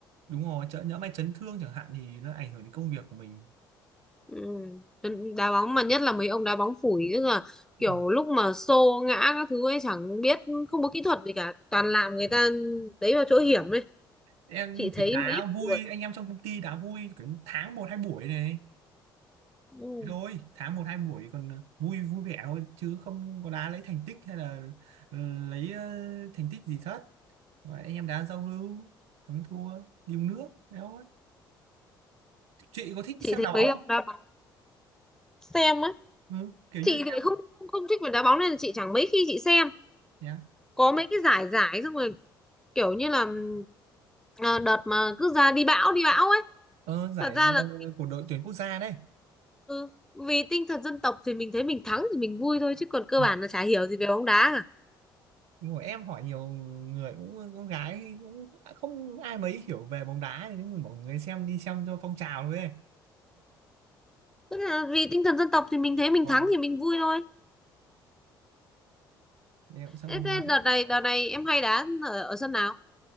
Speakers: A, on the right; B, in the centre.
A: đúng rồi chợ nhỡ may chấn thương chẳng hạn thì nó ảnh hưởng đến công việc của mình
B: Ừ. Đá bóng mà nhất là mấy ông đá bóng phủi ấy là
A: ừ.
B: kiểu lúc mà xô ngã các thứ ấy chẳng biết không có kỹ thuật gì cả toàn làm người ta đấy vào chỗ hiểm ấy
A: em
B: chị thấy
A: chỉ đá
B: mấy
A: vui
B: vụ-
A: anh em trong công ty đá vui kiểu tháng một hai buổi này
B: Ừ.
A: Thế thôi tháng một hai buổi còn ờ, vui vui vẻ thôi chứ không có đá lấy thành tích hay là ờ, lấy ờ, thành tích gì hết Và anh em đá giao lưu thắng thua điêu nước đấy thôi chị có thích
B: chị
A: xem
B: thấy
A: đá bóng
B: mấy ông
A: không
B: đá bóng Xem á
A: ừ, kiểu
B: chị
A: như
B: thì
A: xem
B: lại không không không thích về đá bóng nên là chị chẳng mấy khi chị xem
A: yeah.
B: có mấy cái giải giải xong rồi kiểu như là ừm, à, đợt mà cứ ra đi bão đi bão ấy
A: ờ, giải
B: thật ra là
A: ờ, của đội tuyển quốc gia đây
B: ừ, vì tinh thần dân tộc thì mình thấy mình thắng thì mình vui thôi chứ còn cơ
A: ừ.
B: bản là chả hiểu gì về bóng đá
A: đúng rồi, em hỏi nhiều người cũng con gái cũng không ai mấy hiểu về bóng đá nhưng mà mọi người xem đi xem cho phong trào thôi ấy.
B: Tức là vì tinh thần dân tộc thì mình thấy mình
A: Rồi
B: thắng thì mình vui thôi.
A: em cũng xem
B: Thế,
A: đông
B: thế
A: lắm
B: đợt này đợt này em hay đá ở, ở sân nào?